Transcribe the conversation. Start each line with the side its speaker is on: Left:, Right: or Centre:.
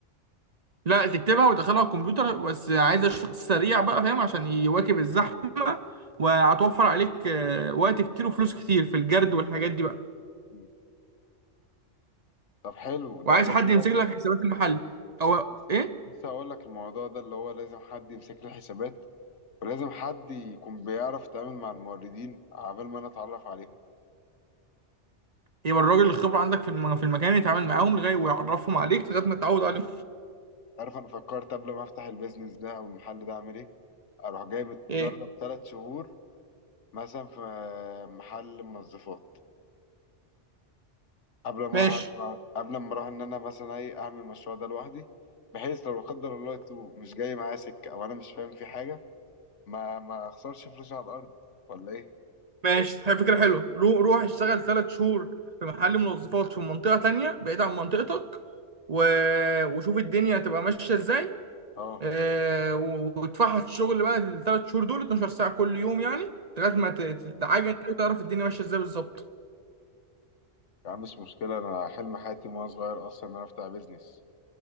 Right: لا تكتبها وتدخلها على الكمبيوتر بس عايزة شخص سريع بقى فاهم عشان يواكب الزحمة وهتوفر عليك آه، وقت كتير وفلوس كتير في الجرد والحاجات دي بقى
Left: مم. طب حلو
Right: وعايز
Left: ده لازم
Right: حد يمسك لك حسابات المحل او
Left: بس-
Right: ايه
Left: لسه هقول لك الموضوع ده اللي هو لازم حد يمسك له الحسابات ولازم حد يكون بيعرف يتعامل مع الموردين عبال ما انا اتعرف عليهم
Right: يبقى الراجل الخبرة عندك في الم- في المكان يتعامل معاهم لغاية ويعرفهم عليك لغاية ما تتعود عليهم
Left: عارف انا فكرت قبل ما افتح البيزنس ده او المحل ده اعمل ايه اروح جايب اتدرب
Right: ايه
Left: ثلاث شهور مثلا في محل منظفات قبل ما
Right: ماشي
Left: اروح قبل ما اروح ان انا مثلا ايه اعمل المشروع ده لوحدي بحيث لو لا قدر الله تو مش جاي معايا سكه او انا مش فاهم في حاجه ما ما اخسرش فلوسي على الارض ولا ايه
Right: ماشي هي فكرة حلوة رو- روح اشتغل ثلاث شهور في محل منظفات في منطقة تانية بعيد عن منطقتك و... وشوف الدنيا هتبقى ماشية ازاي
Left: اه
Right: اه... و- وتفحط الشغل بقى الثلاث شهور دول 12 ساعة كل يوم يعني لغاية ما ت- تتعجن كده وتعرف الدنيا ماشية ازاي بالظبط
Left: يا عم مش مشكلة أنا حلم حياتي وأنا صغير أصلا إن أنا أفتح بيزنس